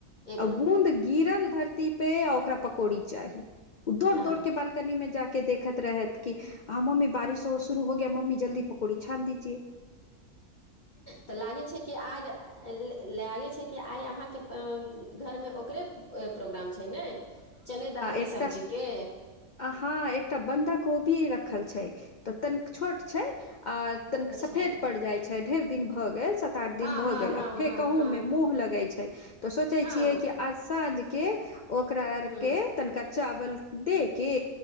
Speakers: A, on the left; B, on the left.
A: एक
B: आ
A: नम्बर
B: बुन्द गिरल धरती पे आ ओकरा पकौड़ी चाही। ओ दौड़-दौड़
A: आँ
B: के बालकनी में जाके देखैत रहैत कि हँ मम्मी बारिश। शुरू हो गया मम्मी जल्दी पकौड़ी छान दजिए।
A: तऽ लागै छै कि आज। लागै छै कि आइ अहाँके घर में ओकरे प्रोग्राम छै ने। चने दाल के
B: एकटा
A: सब्जी के।
B: हँ एकटा बन्धा कोबी रखल छै, तऽ तनिक छोट छै आ। तनिक
A: अच्छा
B: सफेद पड़ि जाइ छै, ढेर दिन भऽ गेल। आठ
A: हँ
B: दिन भऽ
A: हँ
B: गेल,
A: हँ
B: आ फेंकहू
A: हँ हँ
B: में मोह लगै छै तऽ सोचै
A: हँ
B: छियै कि। आ साँझ के ओकरा आर
A: हूँ
B: के तनिका चावल दे के।